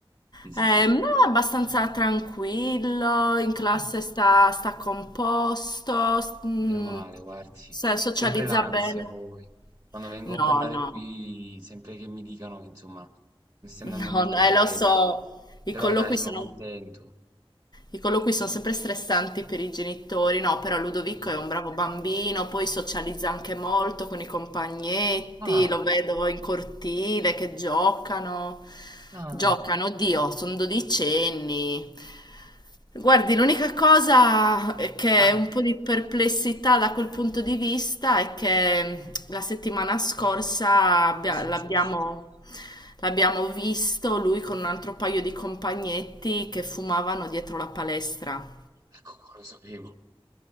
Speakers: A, on the right (about 30°); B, on the left (about 45°).
A: sì, sì.
B: Eh,
A: sì.
B: no, è abbastanza tranquillo, in classe
A: Ah,
B: sta, sta composto, s- mm,
A: meno male, guardi.
B: sa- socializza
A: Sempre l'ansia
B: bene.
A: poi. Quando vengo
B: No,
A: a parlare
B: no.
A: qui, sempre che mi dicano che, insomma, non stia
B: No,
A: andando molto
B: no,
A: bene.
B: eh, lo so, i
A: Però
B: colloqui
A: dai, sono
B: sono,
A: contento.
B: i colloqui sono sempre stressanti per i genitori, no, però Ludovico
A: Eh.
B: è un bravo bambino, poi socializza anche molto con i compagnetti,
A: Ah,
B: lo vedo in cortile che giocano,
A: ah,
B: giocano,
A: ah,
B: oddio, sono dodicenni, Guardi, l'unica cosa che
A: ah,
B: è un po' di perplessità da quel punto di vista è che la settimana scorsa abbia-
A: che è successo?
B: l'abbiamo l'abbiamo visto lui con un altro paio di compagnetti che fumavano dietro la palestra,
A: Ecco qua, lo sapevo.